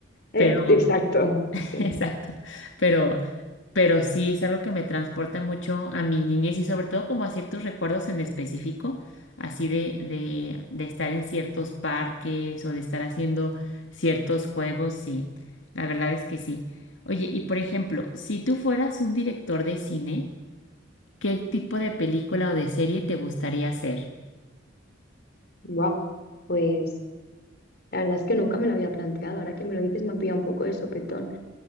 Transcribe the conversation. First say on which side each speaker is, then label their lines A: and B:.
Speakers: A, on the left; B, on the left.
A: Eh,
B: Pero,
A: exacto,
B: <laughs>
A: sí.
B: exacto, pero, pero sí es algo que me transporta mucho a mi niñez y sobre todo como a ciertos recuerdos en específico, así de, de, de estar en ciertos parques o de estar haciendo ciertos juegos, sí, la verdad es que sí. Oye, y por ejemplo, si tú fueras un director de cine, ¿Qué tipo de película o de serie te gustaría hacer?
A: Wow. Pues la verdad es que nunca me lo había planteado. Ahora que me lo dices me ha pillado un poco de sopetón.